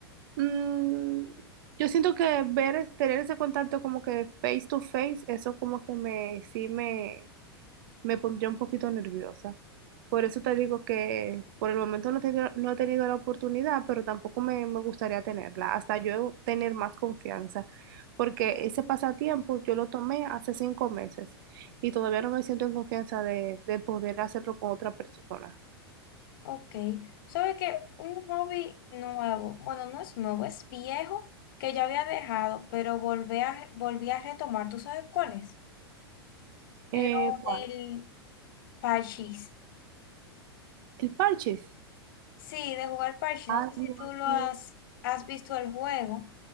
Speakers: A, on the right; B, on the left.
A: Mm, yo siento que ver, es- tener ese contacto como que face to face, eso como que me, sí me, me pondría un poquito nerviosa. Por eso te digo que por el momento no he tenido, no he tenido la oportunidad, pero tampoco me, me gustaría tenerla, hasta yo tener más confianza, porque ese pasatiempo yo lo tomé hace cinco meses y todavía no me siento en confianza de, de poder hacerlo con otra persona.
B: Ok, sabe que un hobby nuevo, bueno, no es nuevo, es viejo que ya había dejado, pero volví a, volví a retomar. ¿Tú sabes cuál es?
A: Eh,
B: Lo
A: ¿cuál?
B: del parchís.
A: El parches.
B: Sí, de jugar parchís.
A: Ay,
B: No sé si
A: Dios
B: tú lo
A: mío.
B: has, has visto el juego.